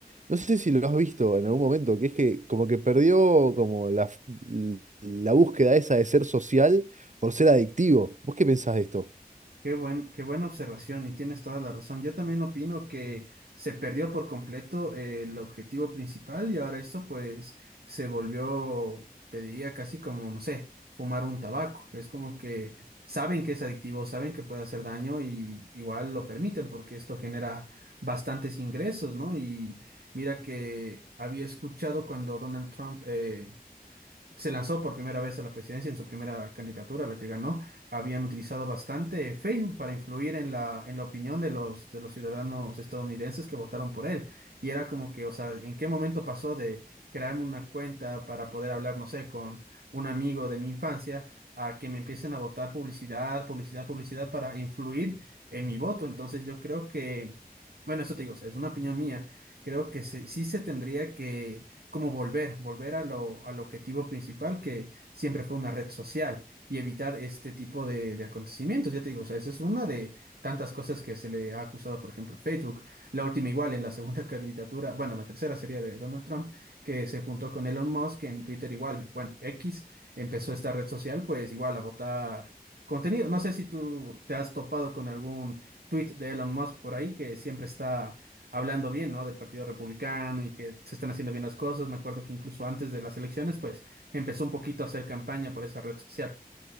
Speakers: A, on the right; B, on the right.
A: no sé si lo has visto en algún momento, que es que como que perdió como la, f- l- la búsqueda esa de ser social por ser adictivo. ¿Vos qué pensás de esto?
B: Qué buen, qué buena observación y tienes toda la razón. Yo también opino que se perdió por completo eh, el objetivo principal y ahora esto pues se volvió, te diría casi como, no sé, fumar un tabaco. Es como que saben que es adictivo, saben que puede hacer daño y igual lo permiten porque esto genera bastantes ingresos, ¿no? Y mira que había escuchado cuando Donald Trump eh, se lanzó por primera vez a la presidencia en su primera candidatura, la que ganó, habían utilizado bastante Facebook para influir en la, en la opinión de los, de los ciudadanos estadounidenses que votaron por él. Y era como que, o sea, ¿en qué momento pasó de crearme una cuenta para poder hablar, no sé, con un amigo de mi infancia? a que me empiecen a votar publicidad, publicidad, publicidad para influir en mi voto. Entonces yo creo que, bueno, eso te digo, o sea, es una opinión mía. Creo que se- sí se tendría que como volver, volver a lo, al objetivo principal que siempre fue una red social y evitar este tipo de, de acontecimientos. Ya te digo, o sea, esa es una de tantas cosas que se le ha acusado, por ejemplo, a Facebook. La última igual, en la segunda <laughs> candidatura, bueno, la tercera sería de Donald Trump, que se juntó con Elon Musk en Twitter igual, bueno, X empezó esta red social, pues igual a votar. Contenido. No sé si tú te has topado con algún tweet de Elon Musk por ahí que siempre está hablando bien, ¿no? Del Partido Republicano y que se están haciendo bien las cosas. Me acuerdo que incluso antes de las elecciones, pues empezó un poquito a hacer campaña por esa red social.